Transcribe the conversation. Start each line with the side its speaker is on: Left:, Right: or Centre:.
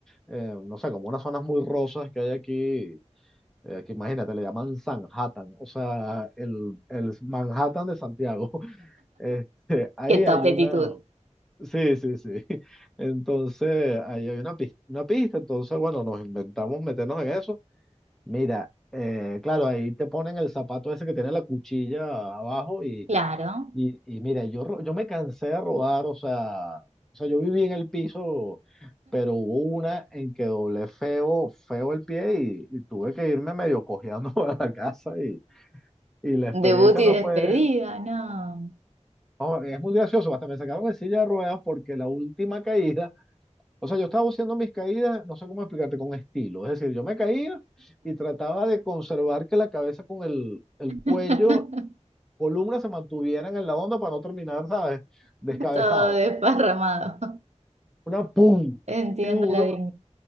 Centre: eh, no sé, como unas zonas muy rosas que hay aquí, eh, que imagínate, le llaman Sanhattan, o sea, el, el Manhattan de Santiago. <laughs> Este, ahí
Right: Qué top
Centre: hay
Right: actitud.
Centre: una, sí, sí, sí. <laughs> Entonces, ahí hay una pista, una pista, entonces, bueno, nos inventamos meternos en eso. Mira, eh, claro, ahí te ponen el zapato ese que tiene la cuchilla abajo y,
Right: Claro.
Centre: y, y mira, yo, ro- yo me cansé de rodar, o sea, o sea, yo viví en el piso, pero hubo una en que doblé feo, feo el pie y, y tuve que irme medio cojeando <laughs> para la casa y, y la experiencia
Right: Debut y
Centre: no
Right: despedida,
Centre: fue,
Right: no.
Centre: no, es muy gracioso, hasta me sacaron de silla de ruedas porque la última caída, o sea, yo estaba haciendo mis caídas, no sé cómo explicarte, con estilo, es decir, yo me caía y trataba de conservar que la cabeza con el, el
Right: <laughs>
Centre: cuello, columna se mantuvieran en la onda para no terminar, ¿sabes? Descabezado.
Right: Todo desparramado.
Centre: una pum
Right: Entiendo
Centre: y duro
Right: la dignidad.